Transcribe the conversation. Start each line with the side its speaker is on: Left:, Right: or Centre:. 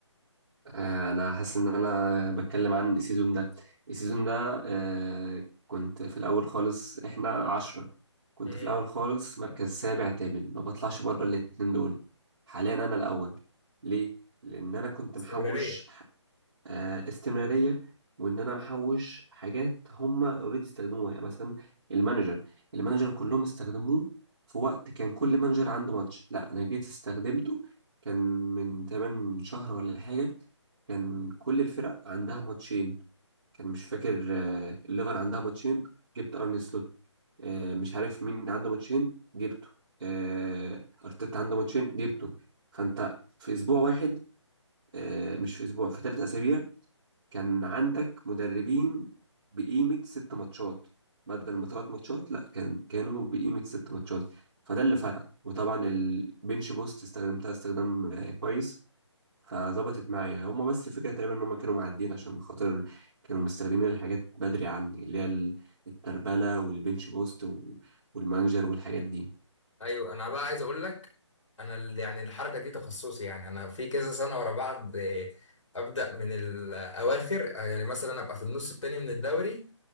Right: آه، انا حاسس ان انا بتكلم عن السيزون ده السيزون ده آه، كنت في الاول خالص احنا عشرة كنت
Left: مم.
Right: في الاول خالص مركز سابع تامن ما بطلعش بره الاتنين دول حاليا انا الاول ليه لان انا كنت
Left: استمراريه
Right: محوش آه، استمراريه وان انا محوش حاجات هم اوريدي استخدموها يعني مثلا المانجر المانجر كلهم استخدموه في وقت كان كل مانجر عنده ماتش لا انا جيت استخدمته كان من 8 شهر ولا حاجه كان كل الفرق عندها ماتشين كان مش فاكر آه، الليفر عندها ماتشين جبت ارني سلوت آه، مش عارف مين عنده ماتشين جبته آه، ارتيتا عنده ماتشين جبته فانت في اسبوع واحد آه، مش في اسبوع في ثلاث اسابيع كان عندك مدربين بقيمة ست ماتشات بدل ما تلات ماتشات لا كان كانوا بقيمة ست ماتشات فده اللي فرق وطبعا البنش بوست استخدمتها استخدام آه، كويس فظبطت معايا هما بس فكرة تقريبا ان هما كانوا معدين عشان خاطر كانوا مستخدمين الحاجات بدري عني اللي هي ال- التربلة والبنش بوست و- والمانجر والحاجات دي
Left: ايوه انا بقى عايز اقول لك انا ال- يعني الحركه دي تخصصي يعني انا في كذا سنه ورا بعض آه، ابدا من الاواخر آه، يعني مثلا ابقى في النص التاني من الدوري